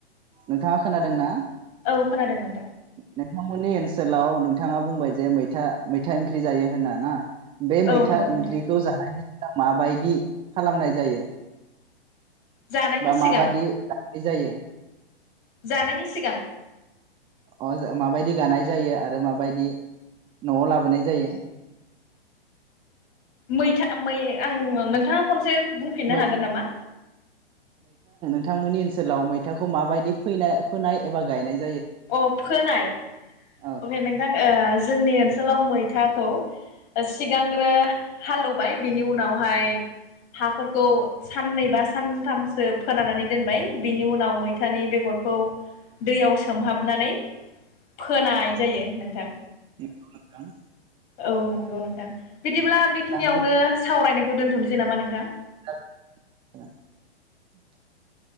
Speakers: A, on the right (about 15°); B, on the left (about 35°).
A: नोंथाङा खोनादों ना?
B: औ खोनादों नोंथां
A: नोंथांमोननि ओनसोलाव नोंथाङा बुंबाय जे मैथा मैथा ओंख्रि जायो होना ना बे मैथा
B: औ नंगौ
A: ओंख्रिखौ
B: नोंथां
A: जानानै माबायदि खालामनाय जायो?
B: जानायनि
A: बा
B: सिगां
A: माबदि जा बिदि जायो
B: जानायनि सिगां
A: अ माबायदि गानाय जायो आरो माबायदि न'आव लाबोनाय जायो।
B: मैथा मै आं नोंथाङा खनसे बुंफिननो
A: मै
B: हागोन नामा?
A: बिथांमोननि ओनसोलाव मैथाखौ माबायदि फैनाय-फोन एबा गायनाय जा
B: अ फोनाय
A: औ
B: अके नोंथां जोंनि ओनसोलाव मैथा खौ सिगांग्रो हालेवबाय बिनि उनावहाय हाफोर सानैबा सनथासो फोरानानै दोनबाय बिनि उनाव मैथानि बेगरखौ दैयाव सोम सोमहाबनानै फोनाय जायो नोंथां।
A: नंगौ नोंथां।
B: औ नंगौ नोंथां बिदिब्ला बेखिनियावनो
A: नोंथां
B: सावरायनाय खौ दोनथसै नामा नोंथां?
A: <inaudible>